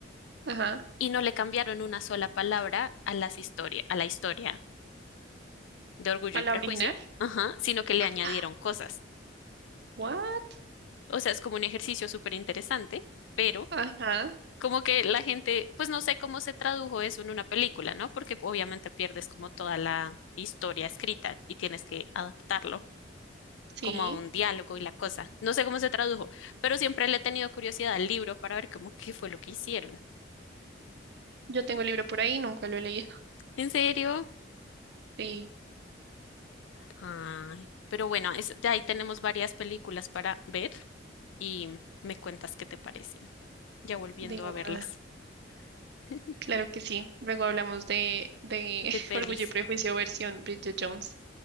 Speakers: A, on the right (about 60°); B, on the left (about 85°).
A: Ajá.
B: y no le cambiaron una sola palabra a las historia, a la historia de Orgullo
A: ¿A
B: y
A: la
B: Prejuicio,
A: original?
B: ajá, sino que le
A: <gasps>
B: añadieron cosas.
A: What?
B: O sea, es como un ejercicio súper interesante, pero
A: Ajá.
B: como que la gente, pues no sé cómo se tradujo eso en una película, ¿no? Porque obviamente pierdes como toda la historia escrita y tienes que adaptarlo.
A: Sí.
B: como a un diálogo y la cosa. No sé cómo se tradujo, pero siempre le he tenido curiosidad al libro para ver cómo qué fue lo que hicieron.
A: Yo tengo el libro por ahí, nunca lo he leído.
B: ¿En serio?
A: Sí,
B: Ay, pero bueno, es- de ahí tenemos varias películas para ver y me cuentas qué te parecen, ya volviendo
A: de una.
B: a verlas <laughs>
A: Claro que sí. Luego hablamos de, de
B: de
A: <laughs>
B: pelis,
A: Orgullo y Prejuicio versión Bridget Jones.